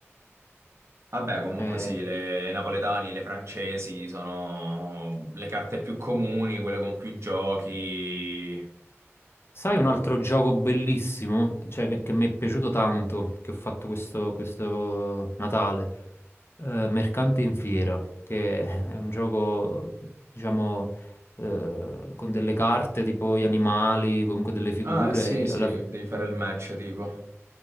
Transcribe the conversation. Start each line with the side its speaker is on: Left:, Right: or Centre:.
Right: Vabbè, comunque
Left: Eh,
Right: sì, le napoletani, le francesi sono le carte più comuni, quelle con più giochi.
Left: Sai un altro gioco bellissimo, cioè che, che mi è piaciuto tanto, che ho fatto questo, questo Natale? Eh, Mercante in Fiera, che è un gioco, diciamo, eh, con delle carte tipo gli animali, comunque delle figure.
Right: Ah, sì, sì,
Left: e alla, fi-
Right: devi fare il match, tipo.